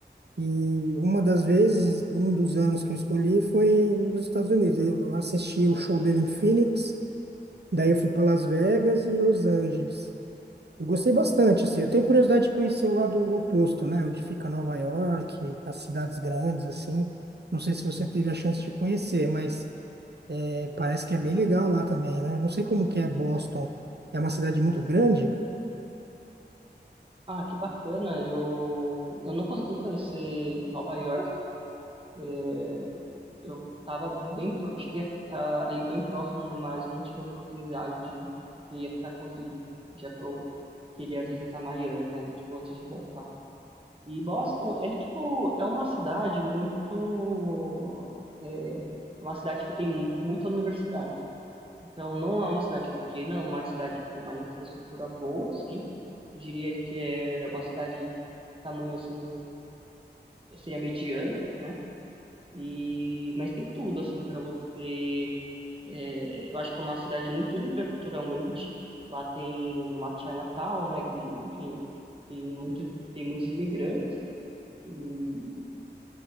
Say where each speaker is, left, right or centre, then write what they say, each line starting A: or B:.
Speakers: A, on the right; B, on the right.
A: E uma das vezes, um dos anos que eu escolhi foi nos Estados Unidos. Eu assisti o show dele em Phoenix, daí eu fui para Las Vegas e Los Angeles. Eu gostei bastante, assim. Eu tenho curiosidade de conhecer o lado oposto, né? Onde fica Nova York, as cidades grandes, assim. Não sei se você teve a chance de conhecer, mas é, parece que é bem legal lá também, né? Não sei como que é Boston. É uma cidade muito grande?
B: Ah, que bacana! Eu, eu não consegui conhecer Nova York. é, Eu tava bem, pro... eu cheguei a, a ir bem próximo, mas eu não tive a oportunidade de ir, porque ia ficar corrido, já que eu queria visitar Miami, né, né, tipo, antes de voltar. E Boston, é tipo, é uma cidade muito, é, é uma cidade que tem muitas universidades. Então, não é uma cidade pequena, é uma cidade com uma infraestrutura boa, sim. Eu diria que é uma cidade de tamanho assim, seria mediano, né? E mas tem tudo assim para você É, eu acho que é uma cidade muito rica culturalmente. Lá tem uma Chinatown, né? Que, enfim, tem muitos, tem muitos imigrantes. E,